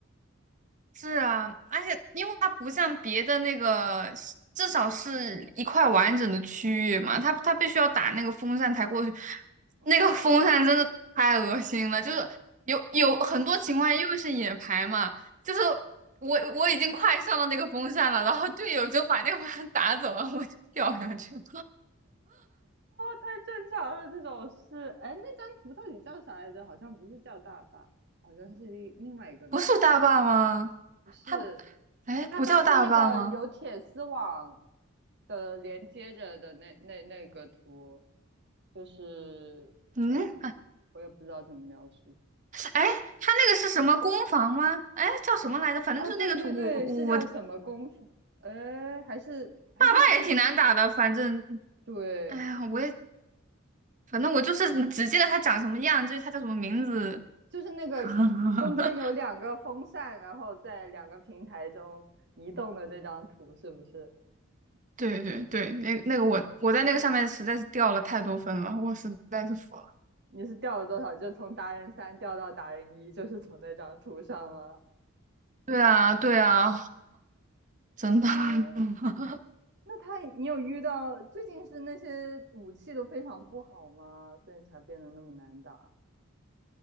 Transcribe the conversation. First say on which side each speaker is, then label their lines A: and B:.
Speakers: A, on the right; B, on the right.
A: 是啊，而且因为它不像别的那个，至少是一块完整的区域嘛，它它必须要打那个风扇才过去，
B: 哦，
A: 那个风扇真的太恶心了，
B: 对，哦，
A: 就是有有很多情况下，因为是野排嘛，就是我我已经快上到那个风扇了，然后队友就把那个风扇打走了，我就掉下去了，
B: 太正常了，这种事。哎，那张图到底叫啥来着？好像不是叫大坝，好像是另另外一个名字。
A: <laughs> 不是大坝吗？
B: 不是，
A: 它不，哎，不叫大坝吗？
B: 大巴是那个有铁丝网的连接着的那那那个图，就是啊，
A: 嗯。
B: 我也不知道怎么描述。
A: 哎，他那个是什么攻防吗？哎，叫什么来着？反正就是那个图，
B: 哦，对对对，
A: 我我
B: 是叫什么功夫？哎，还是还是那
A: 爸爸也挺难打的。反正，
B: 对，
A: 哎呀，我也反正我就是只记得他长什么样，至于他叫什么名字，
B: 就是那个
A: <laughs>
B: 中间有两个风扇，然后在两个平台中移动的那张图，是不是？
A: 对对对，那那个我我在那个上面实在是掉了太多分了，我实在是服了。
B: 你是掉了多少？就从达人三掉到达人一，就是从那张图上吗？
A: 对啊对啊，真的，
B: 天，
A: <laughs>
B: 那他，你有遇到最近是那些武器都非常不好吗？所以才变得那么难打？